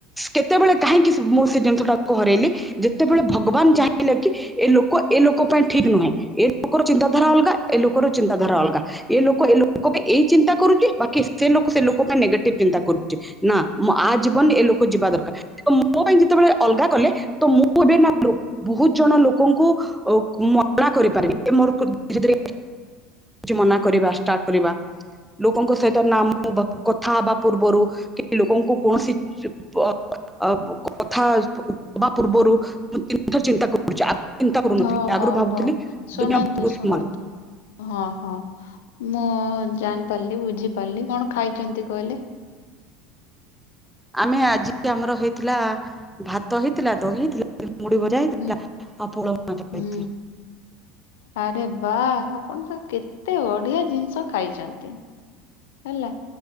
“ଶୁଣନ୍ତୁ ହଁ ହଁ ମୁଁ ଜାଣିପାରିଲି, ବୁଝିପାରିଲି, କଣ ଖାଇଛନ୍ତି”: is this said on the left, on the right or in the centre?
Left